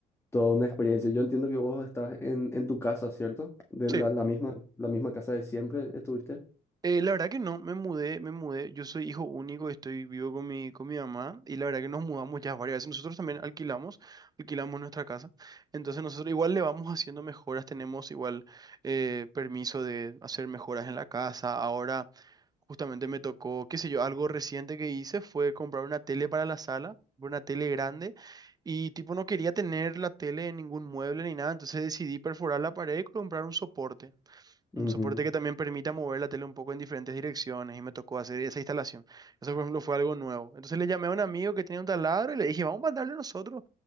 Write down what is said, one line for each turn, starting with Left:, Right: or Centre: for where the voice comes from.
Left: toda una experiencia. Yo entiendo que vos estás en, en tu casa, ¿cierto? De
Right: Sí.
Left: la, la misma, la misma casa de siempre estuviste.
Right: Eh, la verdad que no, me mudé, me mudé. Yo soy hijo único, estoy vivo con mi, con mi mamá y la verdad que nos mudamos ya varias veces. Nosotros también alquilamos, alquilamos nuestra casa. Entonces nosotros igual le vamos haciendo mejoras, tenemos igual eh, permiso de hacer mejoras en la casa. Ahora justamente me tocó, qué sé yo, algo reciente que hice fue comprar una tele para la sala, una tele grande y tipo no quería tener la tele en ningún mueble ni nada, entonces decidí perforar la pared y comprar un soporte.
Left: Ujú.
Right: Un soporte que también permita mover la tele un poco en diferentes direcciones y me tocó hacer esa instalación. Eso, por ejemplo, fue algo nuevo. Entonces le llamé a un amigo que tenía un taladro y le dije, vamos a mandarle nosotros,